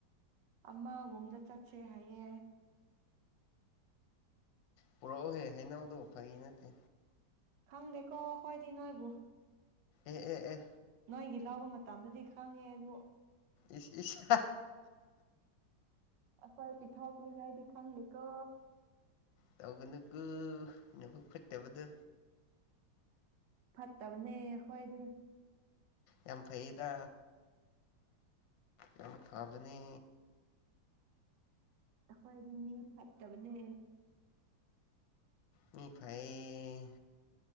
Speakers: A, on the right; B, on the left.
A: ꯑꯃ ꯎꯝꯗ ꯆꯠꯁꯦ ꯍꯥꯏꯌꯦꯡ
B: ꯄꯨꯔꯛꯎꯍꯦ ꯍꯩꯅꯧꯗꯣ ꯐꯩ ꯅꯠꯇꯦ
A: ꯈꯪ ꯗꯦꯀꯣꯈꯣꯏꯗꯤ ꯅꯣꯏꯕꯨꯨꯡ
B: ꯑꯦ ꯎ ꯑꯦ
A: ꯅꯣꯏꯒꯤ ꯂꯧꯕ ꯃꯇꯝꯗꯗꯤ ꯈꯪꯉꯦ ꯑꯗꯨ
B: ꯏꯁ ꯏꯁ
A: ꯑꯁꯔ ꯄꯤꯊꯣꯛꯅꯤꯒꯥꯏꯗꯤ ꯈꯥꯡꯅꯤ ꯀꯣ
B: ꯇꯧꯒꯅꯨ ꯀꯨ ꯅꯕꯨꯛ ꯐꯠꯇꯕꯗ
A: ꯐꯠꯇꯕꯅꯦ ꯈꯣꯏꯗꯤ
B: ꯌꯥꯝ ꯐꯩꯗ ꯌꯥꯝ ꯐꯕꯅꯤ
A: ꯑꯩꯈꯣꯏꯗꯤ ꯃꯤ ꯐꯠꯇꯕꯅꯦ
B: ꯃꯤ ꯐꯩ